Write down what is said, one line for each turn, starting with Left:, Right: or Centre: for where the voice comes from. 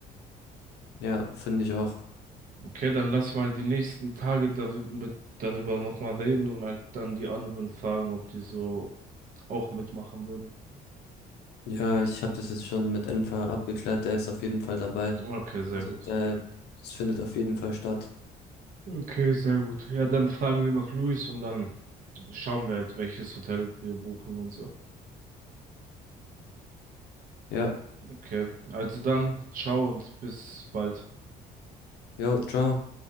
Left: Ja, finde ich auch.
Right: Okay, dann lass mal die nächsten Tage darüber, mit, darüber nochmal reden und halt dann die anderen fragen, ob die so auch mitmachen würden.
Left: Ja, ich habe das jetzt schon mit Enfer abgeklärt, der ist auf jeden Fall dabei.
Right: Okay, sehr
Left: Also
Right: gut.
Left: der, das findet auf jeden Fall statt.
Right: Okay, sehr gut. Ja, dann fragen wir noch Luis und dann schauen wir halt, welches Hotel wir buchen und so.
Left: Ja,
Right: Okay, also dann, ciao und bis bald.
Left: jo, ciao.